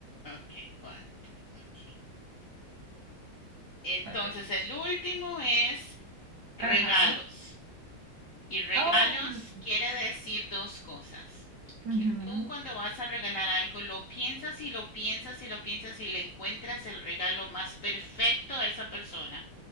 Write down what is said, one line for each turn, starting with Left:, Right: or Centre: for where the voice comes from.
Left: ok, cuatro, ok. Entonces,
Right: Ok.
Left: el último es regalos.
Right: Ajá.
Left: Y regalos
Right: Oh.
Left: quiere decir dos cosas.
Right: ujú,
Left: Que tú cuando vas a regalar algo lo piensas y lo piensas y lo piensas y le encuentras el regalo más perfecto a esa persona.